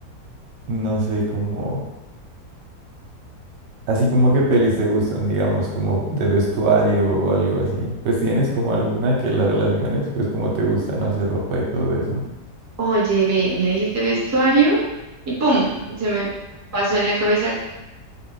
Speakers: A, on the right; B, on the right.
A: no sé, como, así como qué pelis te gustan, digamos, como de vestuario o algo así. Pues tienes como alguna que la relaciones, pues como te gusta, no hacer ropa y todo eso.
B: Oye, ve, me dijiste vestuario y pum, se me pasó en la cabeza